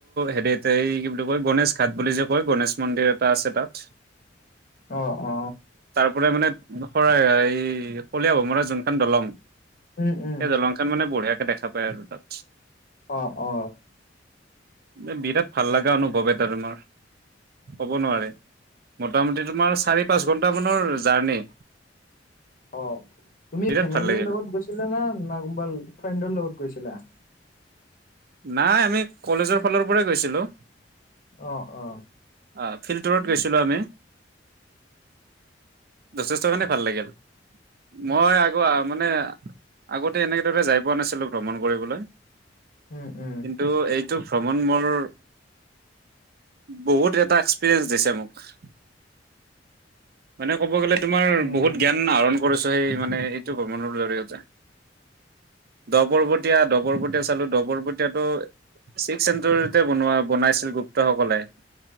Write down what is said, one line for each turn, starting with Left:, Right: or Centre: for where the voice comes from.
Right: হেৰি এই কি বুলি কয় গনেশ ঘাট বুলি যে হয় গণেশ মন্দিৰ এটা আছে তাত
Left: অ অ
Right: তাৰ পৰাই মানে শৰা এই কলীয়া ভোমোৰা যোনখন দলং
Left: উম উম
Right: সেই দলং খন মানে বঢ়িয়াকে দেখা পায় আৰু তাত
Left: অ অ
Right: এ বিৰাট ভাল লগা অনুভৱ এটা তোমাৰ ক'ব নোৱাৰে
Left: উম
Right: মোটামুটি তোমাৰ চাৰি পাঁচ ঘণ্টামানৰ জাৰ্ণি
Left: অ তুমি
Right: বিৰাট
Left: ফেমিলিৰ
Right: ভাল লাগিল।
Left: লগত গৈছিলা না না কোনবা ফ্ৰেণ্ডৰ লগত গৈছিলা
Right: নাই আমি কলেজৰ ফালৰ পৰাই গৈছিলো
Left: অ অ
Right: অ ফিল্টাৰত গৈছিলো আমি যথেষ্টখনে ভাল লাগিল। মই আকৌ মানে আগতে এনেদৰে যাই পোৱা নাছিলোঁ ভ্ৰমণ কৰিবলৈ
Left: উম উম
Right: কিন্তু এইটো ভ্ৰমণ মোৰ বহুত এটা এক্সপিৰিয়েঞ্চ দিছে মোক। মানে ক'ব গ'লে তোমাৰ
Left: উম
Right: বহুত জ্ঞান আহৰণ কৰিছো সেই মানে এইটো ভ্ৰমণৰ জৰিয়তে ডপৰবটীয়া ডপৰবটীয়া চালো ডপৰব টীয়াটো ছিক্স চেঞ্চৰিতে বনোৱা বনাইছিল গুপ্তসকলে